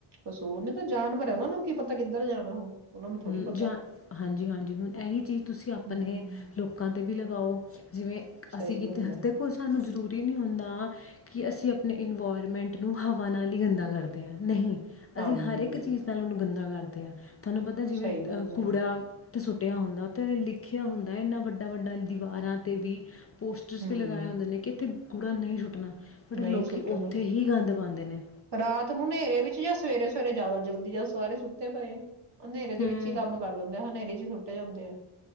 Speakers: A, on the right; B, on the left.
A: ਕਸੂਰ ਨੀ ਤਾਂ ਜਾਨਵਰ ਹੈ, ਉਹਨਾਂ ਨੂੰ ਕੀ ਪਤਾ ਕਿੱਧਰ ਜਾਣਾ ਹੁਣ। ਉਹਨਾਂ ਨੂੰ ਥੋੜ੍ਹੀ
B: ਹੂੰ
A: ਪਤਾ
B: ਜਾਂ ਹਾਂਜੀ ਹਾਂਜੀ, ਹੁਣ ਇਹੀ ਚੀਜ਼ ਤੁਸੀਂ ਆਪਣੇ
A: ਹੂੰ
B: ਲੋਕਾਂ ਤੇ ਵੀ ਲਗਾਉ, ਜਿਵੇਂ
A: ਸਹੀ
B: ਅਸੀਂ ਕਿਤੇ
A: ਗੱਲ ਹੈ
B: ਦੇਖੋ ਸਾਨੂੰ ਜ਼ਰੂਰ ਤ ਹੀ ਨਹੀਂ ਹੁੰਦਾ ਕਿ ਅਸੀਂ ਆਪਣੇ ਇਨਵਾਇਰਮੈਂਟ ਨੂੰ ਹਵਾ ਨਾਲ ਹੀ ਗੰਦਾ ਕਰਦੇ ਹਾਂ ਨਹੀਂ।
A: ਹਾਂਜੀ,
B: ਅਸੀਂ ਹਰ ਇੱਕ ਚੀਜ਼ ਨਾਲ ਉਹਨੂੰ ਗੰਦ ਕਰਦੇ ਹਾਂ ਤੁਹਾਨੂੰ ਜਿਵੇਂ
A: ਸਹੀ ਗੱਲ
B: ਅਹ
A: ਹੈ,
B: ਕੂੜਾ ਤੇ ਸੁੱਟਿਆ ਹੁੰਦਾ। ਤੇ ਲਿਖਿਆ ਹੁੰਦਾ, ਇਹਨਾਂ ਵੱਡਾ ਵੱਡਾ ਦੀਵਾਰਾਂ ਤੇ ਵੀ ਪੋਸਟਰਸ
A: ਹੂੰ,
B: ਵੀ ਲਗਾਏ ਹੁੰਦੇ ਨੇ ਕਿ ਇੱਥੇ ਕੂੜਾ ਨਹੀਂ ਸੁੱਟਣਾ। ਬਟ
A: ਨਹੀਂ
B: ਲੋਕੀ
A: ਸੁੱਟਣਾ,
B: ਉੱਥੇ ਹੀ ਗੰਦ ਪਾਉਂਦੇ ਨੇ
A: ਰਾਤ ਨੂੰ ਨੇਰੇ ਵੀ ਚ ਸਵੇਰੇ ਸਵੇਰੇ ਜ਼ਿਆਦਾ ਜਲਦੀ ਜਾਂ ਸਾਰੇ ਸੁੱਤੇ ਪਏ ਆ। ਹਨੇਰੇ ਦੇ
B: ਹੂੰ
A: ਵਿੱਚ ਹੀ ਕੰਮ ਕਰ ਦਿੰਦੇ ਆ ਹਨੇਰੇ ਚ ਹੀ ਸੁੱਟ ਸੂਟ ਜਾਂਦੇ ਆ।